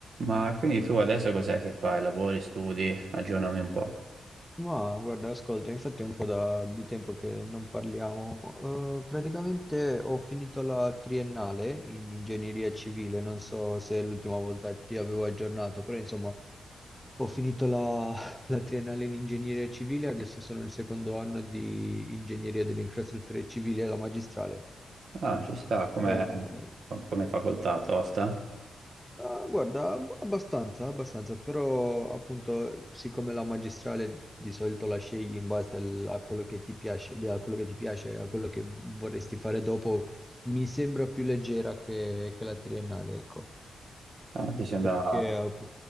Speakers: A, on the right; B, in the centre.
A: Ma quindi tu adesso cos'è che fai? Lavori, studi? Aggiornami un po'.
B: Ma guarda, ascolta, infatti è un po' da- di tempo che non parliamo. Eh, praticamente ho finito la triennale in ingegneria civile, non so se l'ultima volta ti avevo aggiornato, però insomma ho finito la, <laughs> la triennale in ingegneria civile, adesso sono il secondo anno di ingegneria delle infrastrutture civili alla magistrale.
A: Ah, ci sta, come,
B: Eh,
A: come facoltà, tosta?
B: Ah, guarda, ab- abbastanza, abbastanza, però appunto siccome la magistrale di solito la scegli in base al- a quello che ti piace, di- a quello che ti piace, a quello che vorresti fare dopo, mi sembra più leggera che, che la triennale, ecco,
A: Ah, ti sembra...
B: perché app-